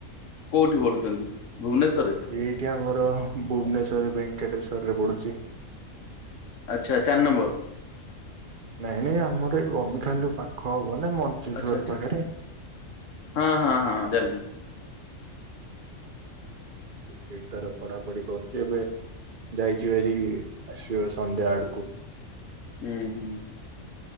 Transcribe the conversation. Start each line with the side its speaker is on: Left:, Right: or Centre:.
Left: କୋଉଠି ପଢୁଛନ୍ତି? ଭୁବନେଶ୍ଵରରେ
Right: ଏଇଠି ଆମର ଭୁବନେଶ୍ୱର ଭେଙ୍କଟେଶ୍ବର ର ରେ ପଢୁଛି।
Left: ଆଚ୍ଛା ଚାରି ନମ୍ବର।
Right: ନାଇଁ ନାଇଁ ଆମର ଏଇଠି ବବିଖାଲୁ ପାଖ ହବ ନା ମଞ୍ଚେଶ୍ଵର
Left: ଆଚ୍ଛା ଆଚ୍ଛା
Right: ପାଖରେ
Left: ହଁ ହଁ ହଁ ଜାଣିଲି।
Right: ସେଠି ତାର ପଢାପଢ କରୁଛି ଏବେ ଯାଇଚି ହେରି ଆସିବ ସନ୍ଧ୍ୟା ଆଡ଼କୁ।
Left: ହୁଁ ହୁଁ।